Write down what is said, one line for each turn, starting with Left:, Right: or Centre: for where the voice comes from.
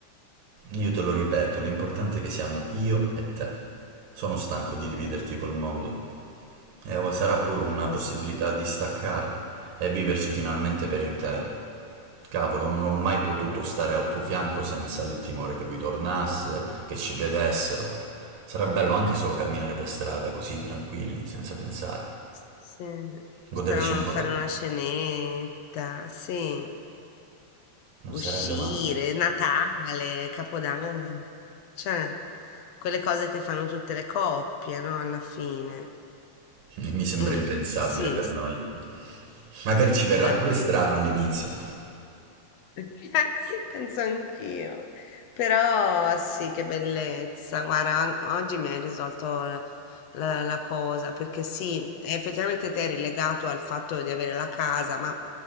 Right: Io te lo ripeto, l'importante è che siamo io e te. Sono stanco di dividerti col mondo. E o sarà pure una possibilità
Left: Esatto.
Right: di staccare e viverci finalmente per intero. Cavolo, non ho mai potuto stare al tuo fianco senza il timore che lui tornasse, che ci vedessero. Sarà bello anche
Left: Mm.
Right: solo camminare per strada così tranquilli, senza pensare.
Left: Sì,
Right: Goderci
Left: staremmo
Right: un
Left: a
Right: po'.
Left: fare
Right: co-
Left: una cenetta, sì.
Right: Non
Left: Uscire,
Right: sarebbe male.
Left: Natale, Capodanno, cioè quelle cose che fanno tutte le coppie, no? Alla fine.
Right: E Mi sembra
Left: Mm,
Right: impensabile
Left: sì,
Right: per
Left: s-
Right: noi. Magari ci verrà
Left: davvero.
Right: pure strano all'inizio.
Left: <laughs> Penso anch'io, però sì, che bellezza. Guarda, an- oggi mi hai risolto la, la- la cosa, perché sì, effettivamente te eri legato al fatto di avere la casa, ma